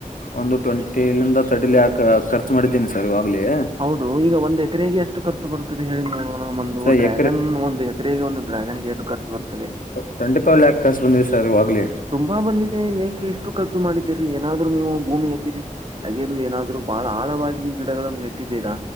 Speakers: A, on the left; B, on the right.
A: ಒಂದು ಟ್ವೆಂಟಿಂದ ತರ್ಟಿ ಲಾಖ್ ಖರ್ಚು ಮಾಡಿದ್ದೀನಿ ಸರ್ ಇವಾಗ್ಲೇ
B: ಹೌದು ಈಗ ಒಂದ್ ಎಕರೆಗೆ ಎಷ್ಟು ಖರ್ಚು ಬರುತ್ತದೆ ಹೇಳಿ ನೋಡುವ ನ ಒಂದು
A: ಸರ್
B: ಡ್ರ್ಯಾಗನ್
A: ಎಕರೆ
B: ಒಂದು ಎಕರೆಗೆ ಒಂದು ಡ್ರ್ಯಾಗನ್ ಎಷ್ಟು ಖರ್ಚು ಬರ್ತದೆ
A: ಟ್ವೆಂಟ ಫವ್ ಲ್ಯಾಕ್ಸ್ ಬಂದಿದೆ ಸರ್ ಇವಾಗ್ಲೆ
B: ತುಂಬಾ ಬಂದಿದೆ ಏಕೆ ಎಷ್ಟು ಖರ್ಚು ಮಾಡಿದ್ದೀರಿ ಏನಾದ್ರು ನೀವು ಭೂಮಿಯಲ್ಲಿ ಹಗೇದು ಏನಾರು ಬಹಳ ಆಳವಾಗಿ ಗಿಡಗಳನ್ನು ನೆಟ್ಟಿದ್ದೀರಾ